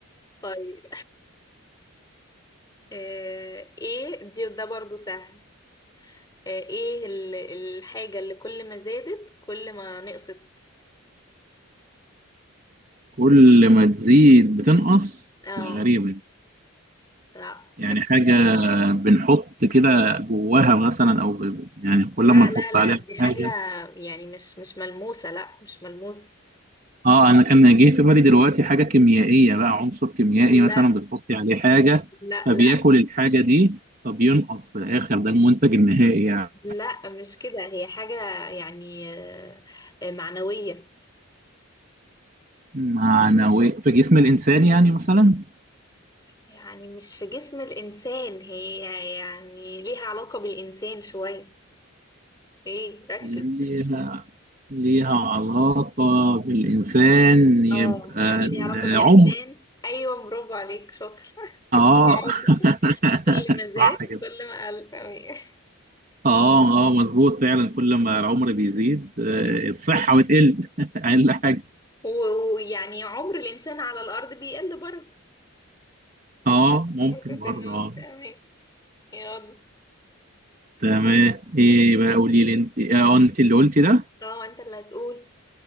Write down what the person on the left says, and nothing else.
طيب آه ايه دي ده برضو سهل آه ايه ال- الحاجة اللي كل ما زادت كل ما نقصت
اه
لا
لا
لا لا
دي
حاجة يعني مش مش ملموسة لا مش ملموسة
لا
لا
لا
لا مش كده هي حاجة يعني آه، آه، معنوية
يعني مش في جسم الإنسان هي يعني ليها علاقة بالإنسان شوية ايه ركز
اه حاجة ليها
علاقة بالإنسان أيوة برافو عليك شاطر <laughs>
العمر
كل ما
زاد
كل ما قل تمام
و- ويعني عمر الإنسان على الأرض بيقل برضه
فرصة إن
هو
تمام يلا
اه انت اللي هتقول